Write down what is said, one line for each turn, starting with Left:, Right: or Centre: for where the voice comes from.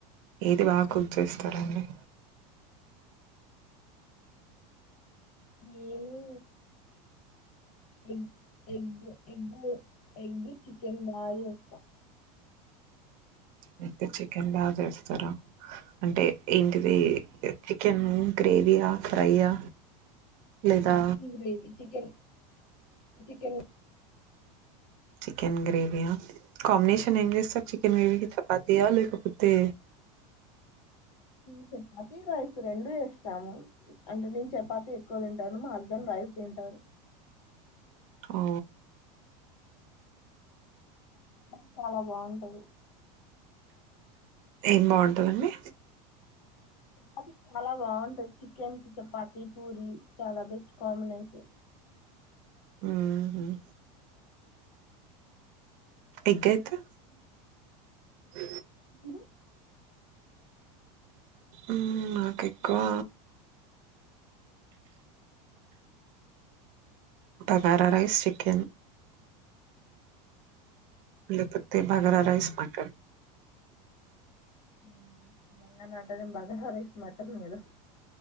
Right: ఏది బాగా కుక్ చేస్తారంండి
Left: నేను ఎ ఎగ్ ఎగ్గు ఎగ్ చికెన్ బాల ఇస్తా
Right: అయ్తే చికెన్ బగాచేస్థారా అంటే ఏంటిది చికెన్ గ్రేవయా ఫ్రైయా లేదా
Left: chicken gravy chicken chicken
Right: chicken గ్రేవయా కాంబనేషన్నయం సార్ చికన్ గ్రవీ త పాతయా లేకపోతే
Left: చపాతి రైస్ రెండు వస్తాము అంటే నేను చపాత ఎక్కువ తింటాను మా హస్బెండ్ రైస్ తింటారు
Right: ఓ
Left: అ చాలా బాగుంటది
Right: ఏం బాగుంటందండి
Left: చపాతి చాలా బాగుంటది చికెన్ కి చపాతి పూరి చాలా బెస్ట్ కాంబినేషన్
Right: ఉమ్ హమ్ ఎగ్గైతే
Left: మీ
Right: అ
Left: ఉమ్
Right: ఉమ్ నక్ ఎకువా బగారా రైస్ చికెన్ లేకపోతే బాగరా రైస్ మటన్
Left: ఉమ్ తెలంగాణటనిం బగా హరైస్ మట రోయాలు